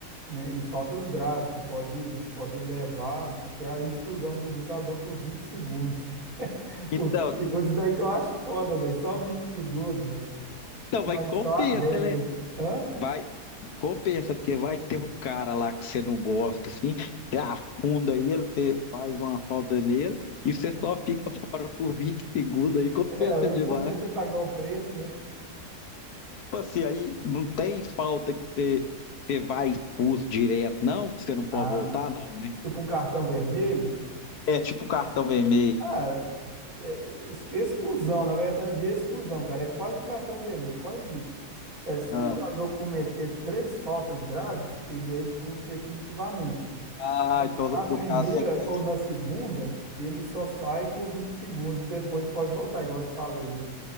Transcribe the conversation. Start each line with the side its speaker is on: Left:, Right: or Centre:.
Right: né? E faltas graves, que pode, podem levar até a exclusão do jogador por 20 segundos. <laughs> Por
Left: Então,
Right: 20 segundos, daí que eu acho foda, velho. Só 20 segundos, velho.
Left: então,
Right: Mas
Left: mas compensa,
Right: só as regras.
Left: né?
Right: Hã?
Left: Vai, compensa, porque vai ter um cara lá que você não gosta, assim, você afunda ele, você faz uma falta nele, e você só fica fora por 20 segundos aí, compensa
Right: É,
Left: demais.
Right: eu compensa você pagar o preço, né?
Left: Tipo assim, aí não tem falta que você, você vai expulso direto, não, que você não pode
Right: Ah,
Left: voltar, não, né?
Right: tipo um cartão vermelho?
Left: É tipo cartão vermelho.
Right: Ah, é- ex- exclusão, na verdade, é exclusão, cara. É quase um cartão vermelho, quase isso. É, se
Left: Ah,
Right: o jogador cometer três faltas graves, ele é expulso definitivamente.
Left: Ah,
Right: Mas
Left: então
Right: na primeira
Left: no caso só pode.
Right: ou na segunda, ele só sai por 20 segundos e depois pode voltar, igual eu te falei, né?